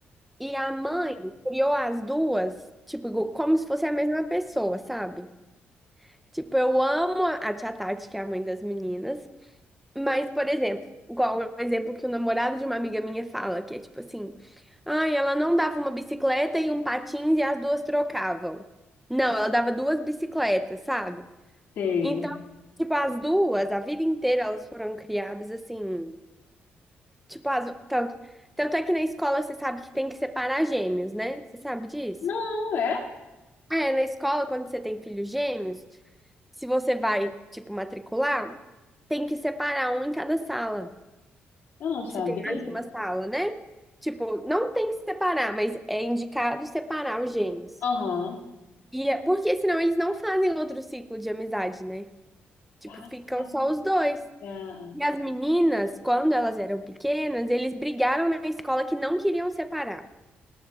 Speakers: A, in the centre; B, on the left (about 90°).
A: E a mãe criou as duas, tipo, igu- como se fosse a mesma pessoa, sabe? Tipo, eu amo a a tia Tati, que é a mãe das meninas, Mas, por exemplo, igual um exemplo que o namorado de uma amiga minha fala, que é tipo assim: ai, ela não dava uma bicicleta e um patins e as duas trocavam. Não, ela dava duas bicicletas, sabe?
B: Sei.
A: Então, tipo, as duas, a vida inteira elas foram criadas assim, tipo, as, tanto, tanto é que na escola você sabe que tem que separar gêmeos, né? Você sabe disso?
B: Não, é?
A: É, na escola, quando você tem filhos gêmeos, se você vai, tipo, matricular, tem que separar um em cada sala.
B: Eu não sabia.
A: se tem mais de uma sala, né? Tipo, não tem que separar, mas é indicado separar os gêmeos.
B: Aham.
A: E é, porque senão eles não fazem outro ciclo de amizade, né? Tipo,
B: Passa.
A: ficam só os dois.
B: Ah,
A: E as meninas, quando elas eram pequenas, eles brigaram na escola que não queriam separar.